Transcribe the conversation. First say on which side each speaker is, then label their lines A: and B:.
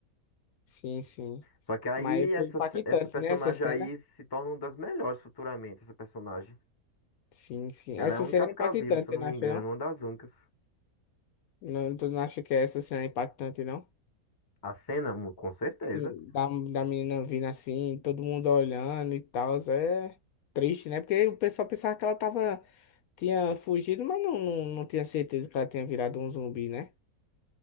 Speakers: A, on the left (about 75°); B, on the left (about 20°).
A: sim. sim.
B: Só que aí
A: Mas
B: essa,
A: foi impactante,
B: essa personagem
A: né, essa cena?
B: aí se torna uma das melhores futuramente, essa personagem.
A: Sim, sim.
B: Ela
A: Essa
B: é a única
A: cena
B: a
A: é
B: ficar
A: impactante,
B: viva, se eu
A: você
B: não
A: não
B: me
A: acha,
B: engano,
A: não?
B: uma das únicas.
A: Não, tu não acha que essa cena é impactante, não?
B: A cena, com certeza.
A: Sim, da, da menina vindo assim, todo mundo olhando e tal, é triste, né? Porque o pessoal pensava que ela tava, tinha fugido, mas não, não, não tinha certeza que ela tinha virado um zumbi, né?